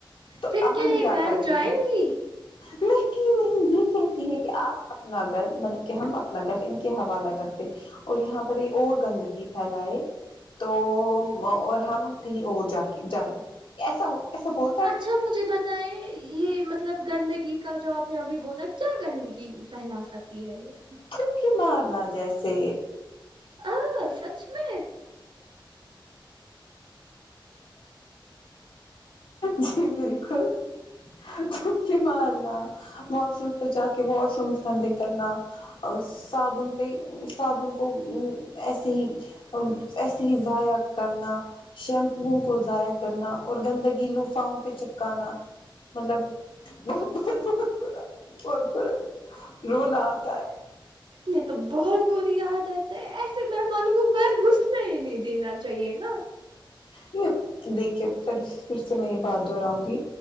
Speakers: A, on the left (about 80°); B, on the right (about 70°).
A: تو
B: پھر
A: اب ہم
B: یہ
A: کیا
B: گھر
A: کریں
B: جائیں
A: گے
B: گی
A: نہ کہ نہیں نہیں یے کہتی ہے کی اپ اپنا گھر مطلب کی ہم اپنا گھر ان کے حوالہ کرتے اور یہاں پر یے اور گندگی پھیلائے تو اور ہم کہیں اور جا کے جائے ایسا ہو ایسا بول
B: اچھا مجھے بت یے مطلب گندگی کا جو آپ نے ابھی بولا کیا گندگی پھیلا سکتی ہے یے
A: تھوکے مارنا جیسے
B: آ سچ میں
A: جی بالکل تھوکے مارنا واش روم مے جا کے واش روم گندے کرنا صابن پے صابن کو ایسے ہی آمم ایسے ہی ضائع کرنا شیمپو کو ضائع کرنا اور گندگی لوفاؤں پے چپکانا مطلب بہت بہت بہت برا بہت برا رونا آتا ہے
B: یے تو بہت بری عادت ہے ایسے میں مہمانوں کو گھر گھس نے ہی نہیں دینا چاہیے نا
A: نہیں دیکھیے پھر پھر سے میں یے بات دہراؤں گی